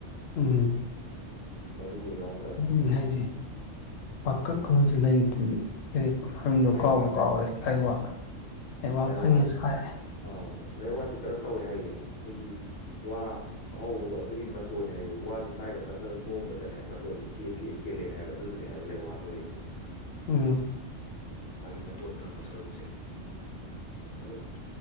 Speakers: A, on the left; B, on the left.
A: ꯎꯝ
B: ꯃꯔꯨꯒ ꯌꯥꯎ
A: ꯗꯨꯅꯤ ꯍꯥꯏꯖꯦ ꯋꯥꯀꯥꯛ ꯑꯃꯁꯨ ꯂꯩꯗꯨꯗꯤ ꯀꯩꯕ ꯃꯃꯤꯡꯗꯣ
B: ꯂꯥꯏꯋꯥ
A: ꯀꯥꯎꯕꯨ ꯀꯥꯎꯔꯦ ꯂꯥꯏꯋꯥ ꯂꯥꯏꯋꯥ
B: ꯂꯩꯋꯥ
A: ꯐꯪꯉꯤ ꯆꯥꯏ
B: ꯑꯥꯎ ꯂꯩꯋꯥꯖꯤ ꯀꯩꯅꯣ ꯇꯧꯋꯦ ꯍꯥꯏꯌꯦ ꯈꯣꯏꯒꯤ ꯋꯥ ꯑꯍꯧꯕꯗꯣ ꯑꯗꯨꯒꯤ ꯃꯇꯣꯟꯅꯦ ꯍꯥꯏꯌꯦ ꯋꯥꯁꯦ ꯄꯥꯏꯔꯒ ꯇꯥꯛ ꯇꯥꯛ ꯅꯣꯝꯕꯗꯅꯦ ꯃꯇꯣꯟꯁꯦ ꯇꯦꯛꯑ ꯇꯦꯛꯑ ꯀꯦꯜꯂꯛꯑꯦ ꯍꯥꯏꯕ ꯑꯗꯨꯗꯨ ꯍꯥꯏꯕ ꯂꯩꯋꯥꯥ ꯑꯣꯏꯔꯛꯏꯁꯦ
A: ꯎꯝ
B: ꯃꯥꯒꯤ ꯃꯇꯣꯟ ꯊꯪꯕ ꯁꯔꯨꯛꯁꯦ ꯑꯗꯨꯝ